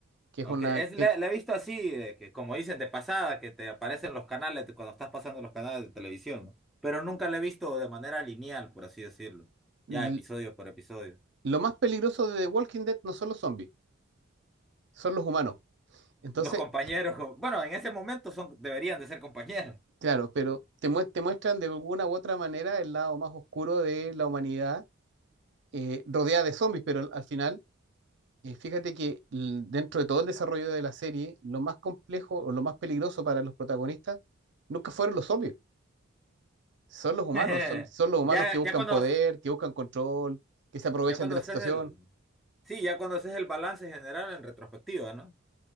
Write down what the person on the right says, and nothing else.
que es
una,
que
l-
lo más peligroso de The Walking Dead no son los zombies, son los humanos. Entonces,
Claro, pero te, mue- te muestran de alguna u otra manera el lado más oscuro de la humanidad eh, rodeada de zombies, pero al al final, eh, fíjate que l- dentro de todo el desarrollo de la serie, lo más complejo o lo más peligroso para los protagonistas nunca fueron los zombies, son los humanos,
son, son los humanos
que buscan
poder, que buscan control, que se aprovechan
de la
situación.